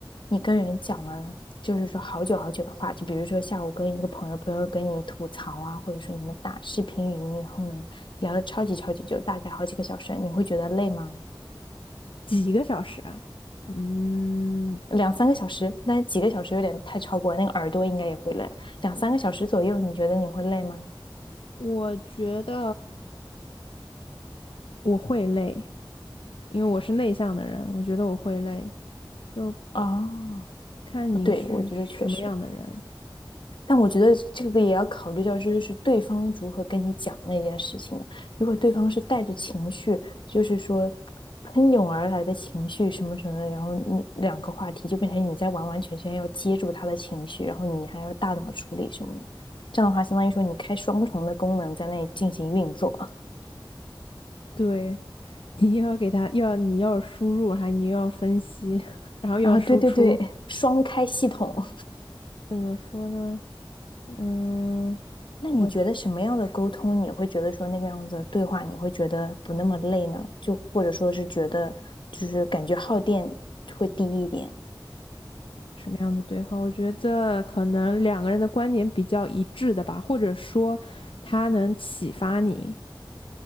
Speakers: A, on the left; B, on the left.
A: 你跟人讲了，就是说好久好久的话，就比如说下午跟一个朋友，朋友跟你吐槽啊，或者说你们打视频语音，然后呢聊了超级超级久，大概好几个小时，你会觉得累吗？
B: 几个小时啊？嗯，
A: 两三个小时，那几个小时有点太超过了，那个耳朵应该也会累。两三个小时左右，你觉得你会累吗？
B: 我觉得我会累，因为我是内向的人，我觉得我会累，就
A: 哦，
B: 看你是什么样的人。
A: 对，我觉得确实。但我觉得这个也要考虑到，就是对方如何跟你讲那件事情的。如果对方是带着情绪，就是说喷涌而来的情绪什么什么的，然后你两个话题就变成你在完完全全要接住他的情绪，然后你还要大脑处理什么的。这样的话，相当于说你开双重的功能在那里进行运作。<laughs>
B: 对，<laughs> 你又要给他又要你要输入，还你又要分析，<laughs> 然后又要输出，
A: 啊，对对对，双开系统。
B: 怎么说呢？嗯，
A: 那你觉得什么样的沟通你会觉得说那个样子的对话你会觉得不那么累呢？
B: 我去
A: 就或者说是觉得就是感觉耗电会低一点，
B: 什么样的对话？我觉得可能两个人的观点比较一致的吧，或者说他能启发你